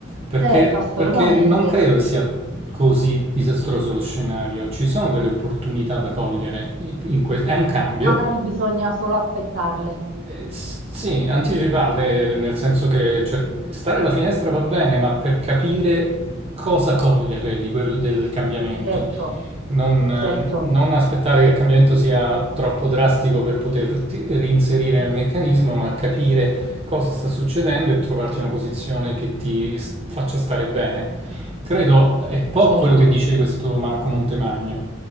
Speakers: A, on the right; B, on the right.
A: Perché,
B: Certo, assolutamente.
A: perché non credo che sia così disastroso lo scenario, ci sono delle opportunità da cogliere, in- in que- è un cambio.
B: Magari bisogna solo aspettarle.
A: Eh, s- sì, anticiparle nel senso che cer- stare alla finestra va bene, ma per capire cosa cogliere di quel- del cambiamento
B: Certo,
A: non,
B: certo,
A: eh, non aspettare che il cambiamento sia troppo drastico per poterti reinserire nel meccanismo, ma capire cosa sta succedendo e trovarti una posizione che ti s- faccia stare bene. Credo è un po'
B: certo.
A: quello che dice questo Marco Montemagno